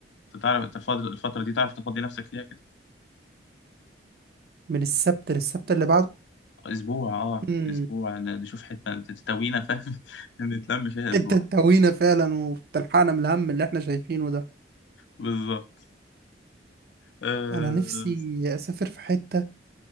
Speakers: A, on the left; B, on the right.
A: انت تعرف انت فاضي- الفتره دي تعرف تفضي نفسك فيها كده
B: من السبت للسبت اللي
A: اسبوع اه
B: بعده
A: اسبوع ن- نشوف حته تستوينا فاهم <laughs> نتلم فيها اسبوع
B: انت تهوينا فعلا وبتلحقنا من الهم اللي احنا شايفينه ده
A: بالظبط آه...
B: انا نفسي اسافر في حتة